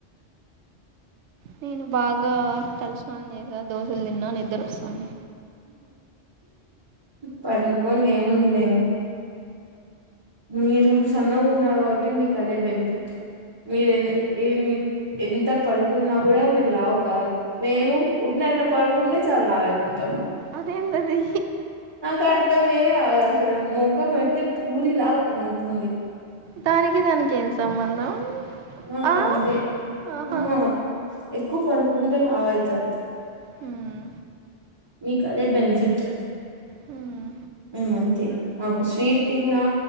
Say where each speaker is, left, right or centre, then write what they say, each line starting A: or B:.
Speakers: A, on the right (about 85°); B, on the right (about 25°).
A: నేను బాగా తలస్నానం చేసా దోశలు తిన్నా నిద్దరోస్తాంది
B: పన్నుకోని ఏముందిలేన్ మీరు సన్నగా ఉన్నారు కాబట్టి మీకు అదే బెనిఫిట్ మీర ఏ ఎమీ ఎంత పడుకున్నా కూడా మీరు లావు కారు మేము ఉడ్కనే అట్లా పడుకుంటే చాలు లావాయిపోతాం
A: అదేందది
B: నాకు అర్తమే అవ్వదు అసలు మొఖం అయితే పూరి లా పొంగుతుంది
A: దానికి దానికి ఏం సంబంధం
B: మా
A: ఆ
B: కంతే
A: ఆహా
B: ఆ ఎక్కువ పడుకుంటే లావ్ అయితారు
A: హ్మ్
B: మీకు అదే బెనిఫిట్
A: హ్మ్
B: మంతె మాకు స్వీట్ తిన్నా